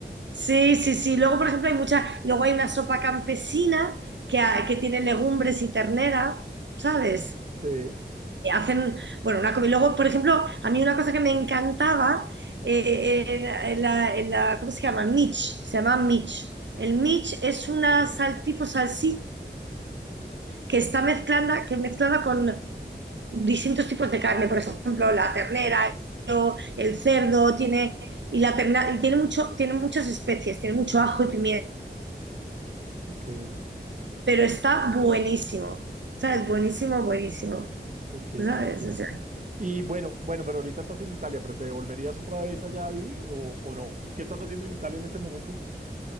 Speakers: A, on the right; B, on the right.
A: Sí, sí, sí. Luego, por ejemplo, hay muchas, luego hay una sopa campesina que, ha- que tiene legumbres y ternera, ¿sabes?
B: Sí,
A: Y hacen, bueno, una comida. Luego, por ejemplo, a mí una cosa que me encantaba, eh, era- en la, en la- ¿cómo se llama? Mitch, se llama Mitch. El Mitch es una sal, tipo salchicha que está mezclada, que mezclada con, distintos tipos de carne, por ejemplo, la ternera, el cerdo, tiene, y, la terna- y tiene, mucho, tiene muchas especies, tiene mucho ajo y pimienta,
B: ok,
A: pero está buenísimo, ¿sabes?
B: o-
A: Buenísimo, buenísimo,
B: ok, te
A: ¿sabes?
B: entiendo.
A: O sea,
B: Y bueno, bueno, pero ahorita estás en Italia, pero ¿te devolverías otra vez allá a vivir o, o no? ¿Qué estás haciendo en Italia en este momento?